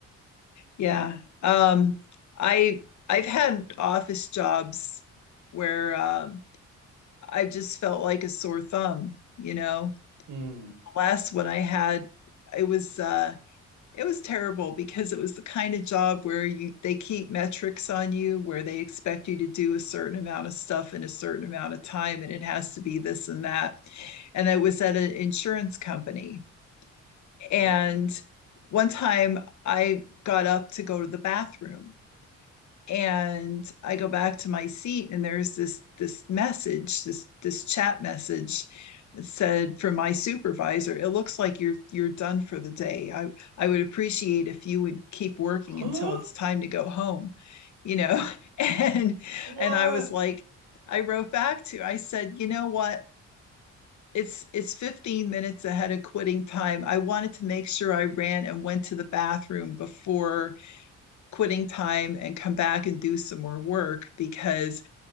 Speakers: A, on the left (about 70°); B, on the right (about 75°).
A: Yeah. Um, I I've had office jobs where um, I just felt like a sore thumb, you know.
B: Hmm.
A: The last one I had, it was uh It was terrible because it was the kind of job where you they keep metrics on you where they expect you to do a certain amount of stuff in a certain amount of time and it has to be this and that. And I was at an insurance company and
B: Okay.
A: one time I got up to go to the bathroom and i go back to my seat and there's this this message this this chat message that said from my supervisor it looks like you're you're done for the day i i would appreciate if you would keep working
B: Huh?
A: until it's time to go home you know <laughs> and
B: What?
A: and i was like i wrote back to i said you know what it's it's 15 minutes ahead of quitting time i wanted to make sure i ran and went to the bathroom before quitting time and come back and do some more work because